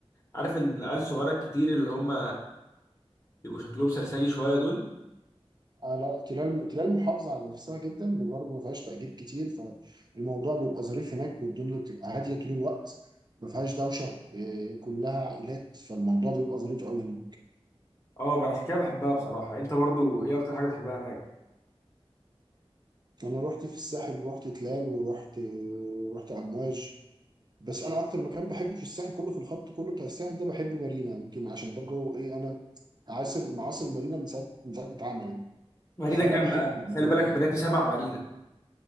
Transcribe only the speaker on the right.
على تلاقي تلاقي المحافظه على نفسها جدا اللي برضه ما فيهاش تأجير كتير فالموضوع بيبقى ظريف هناك والدنيا بتبقى هاديه طول الوقت ما فيهاش دوشه إيه، كلها عائلات فالموضوع بيبقى ظريف قوي هناك
انا رحت في الساحل رحت تلال ورحت رحت امواج بس انا اكتر مكان بحب في الساحل كله في الخط كله بتاع الساحل ده بحب مارينا يمكن عشان برضه ايه انا عاصر معاصر مارينا من ساعه من ساعه ما اتعملت
فانا
بحب
مارينا
بحب